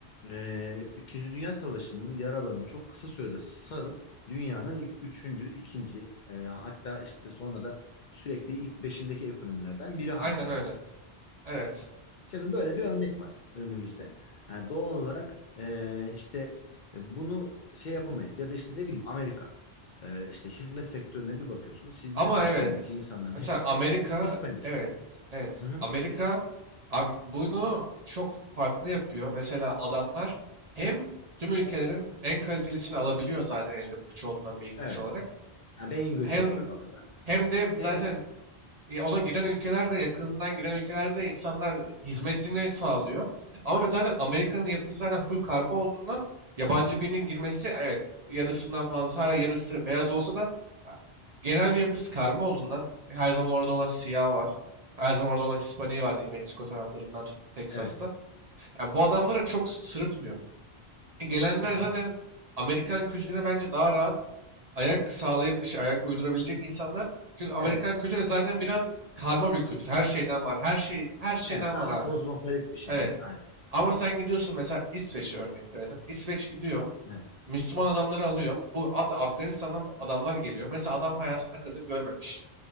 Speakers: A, on the left; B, on the right.
A: e, İkinci Dünya Savaşı'nın yaralarını çok kısa sürede sarıp dünyanın ilk, üçüncü, ikinci e, hatta işte sonra da sürekli ilk beşindeki ekonomilerden biri haline
B: Aynen öyle.
A: geliyor.
B: Evet.
A: Şimdi böyle bir örnek var önümüzde. Yani doğal olarak e, işte e, bunu şey yapamayız ya da işte ne bileyim Amerika E, işte hizmet sektörüne bir bakıyorsunuz. Hizmet
B: Ama
A: sektöründeki
B: evet.
A: insanların
B: Mesela
A: hepsi
B: Amerika,
A: Hispanik.
B: evet, evet.
A: Hı hı.
B: Amerika am- bunu çok farklı yapıyor. Mesela adamlar hem tüm ülkelerin
A: O-
B: en kalitelisini alabiliyor zaten elinde bu güç olduğundan beyin
A: Evet.
B: güç olarak.
A: Yani beyin göçü
B: Hem
A: olarak alıyorlar.
B: hem de
A: Emek.
B: zaten e, ona giren ülkelerde yakınından giren ülkelerde insanlar hizmetini
A: Hı hı.
B: sağlıyor. Ama zaten Amerika'nın yapısı zaten full karma olduğundan yabancı birinin girmesi evet yarısından fazla hala yarısı beyaz olsa da ha, genel bir yapısı karma olduğundan her zaman orada olan siyah var. Her zaman orada olan Hispaniği var New Mexico taraflarından tut Texas'ta.
A: Evet.
B: Yani bu adamlara çok sırıtmıyor. Gelenler
A: Hı hı.
B: zaten Amerikan kültürüne bence daha rahat ayak sağlayıp şey, ayak uydurabilecek insanlar. Çünkü Amerikan
A: Evet.
B: kültürü zaten biraz karma bir kültür. Her şeyden var. Her şey her şeyden
A: Evet. Daha
B: var abi.
A: kozmopolit bir şey.
B: Evet.
A: Evet. Aynen.
B: Ama sen gidiyorsun mesela İsveç'e örnek verelim. İsveç gidiyor.
A: Evet.
B: Müslüman adamları alıyor. Bu ad- Afganistan'dan adamlar geliyor. Mesela adam hayatında kadın görmemiş.